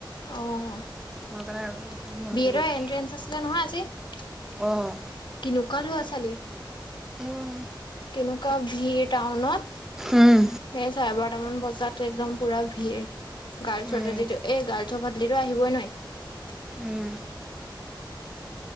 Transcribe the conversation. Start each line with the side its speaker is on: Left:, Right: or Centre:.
Left: অ',
Centre: মোৰ কাৰণে বহুত মন
Left: বি
Centre: আছে
Left: এডৰ
Centre: এডটো
Left: এন্ট্ৰেন্ঞ্চ আছিলে নহয় আজি?
Centre: অঁ
Left: কেনেকুৱা লৰা ছোৱালী।
Centre: উম'।
Left: তেনেকুৱা ভিৰ টাউনত,
Centre: উম
Left: সেই চাৰে বাৰটা টা মান বজাত একদম পুৰা ভিৰ। গাৰ্লছিটো
Centre: উম
Left: এই গাৰ্লছৰ ভাটলি টো আহিবই নোৱাৰি।
Centre: উম